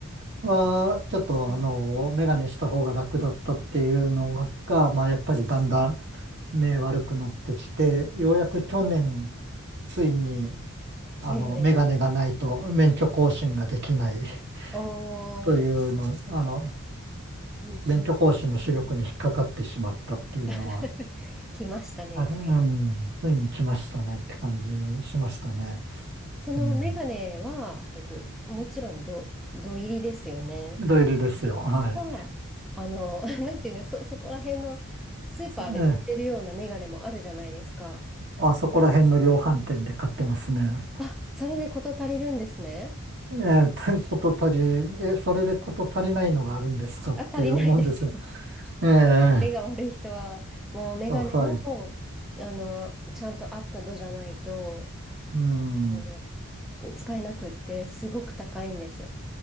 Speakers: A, on the right (about 50°); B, in the centre.
A: はちょっとあの、
B: うん
A: メガネした方が楽だったっていうのが、まあ、やっぱりだんだん目悪くなってきて、ようやく去年、ついにあの、
B: メガネです。
A: メガネがないと免許更新ができない <laughs>
B: お
A: というの、
B: ー、
A: あの、
B: うんうん。
A: 免許更新の視力に引っかかってしまったっていうのは、
B: <laughs> 来ましたね、
A: あれ、
B: ついに。
A: うん、ついに来ましたねって感じしましたね。
B: うんそのメガネは、
A: うん。
B: えっと、もちろんど、土入りですよね。
A: 土入りですよ。はい。
B: は、あの、<laughs> なんていうの、そ、そこら辺のスーパーで売ってるようなメガネもあるじゃないですか。
A: ええ、あそこら辺の量販店で買ってますね。
B: あ、それで事足りるんですね。
A: ええ、てこと足り、え、それでこと足りないのがあるんですかって思うんですよ。
B: あ、足りないですよ。
A: ええ、
B: 目が悪い人は、もうメガネも、
A: あ、はい。
B: あの、ちゃんと合った度じゃないと、
A: うん。
B: あの、使えなくって、すごく高いんです。